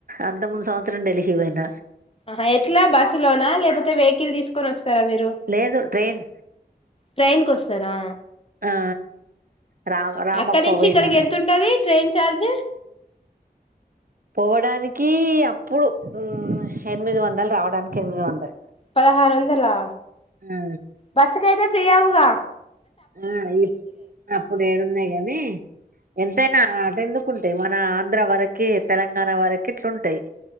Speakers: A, on the right; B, on the left.
A: అంత ముూందు సంవత్సరం ఢిల్లీ పోయిన
B: హా ఎట్లా బస్సు లోనా లేకపోతే వెహికల్ తీసుకొని వస్తారా మీరు
A: లేదు ట్రైన్
B: ట్రైన్ కు వస్తారా
A: ఆ రామ్ రామప్ప
B: అక్కడి నుంచి
A: పోయినా
B: ఇక్కడికి ఎంత ఉంటది ట్రైన్ చార్జ
A: పోవడానికి అప్పుడు ఎనిమిది వందలు రావడానికి ఎనిమిది వందలు
B: పదరువందలా
A: ఆ
B: బసు కతే ఫ్రీ ఆవుగా
A: ఆ ఇ అప్పుడు ఏడున్నాయి గని ఎంతైనా ఆట ఎందుకు ఉంటాయి మన ఆంధ్ర వరకి తెలంగాణ వరకి ఇట్లుంటాయి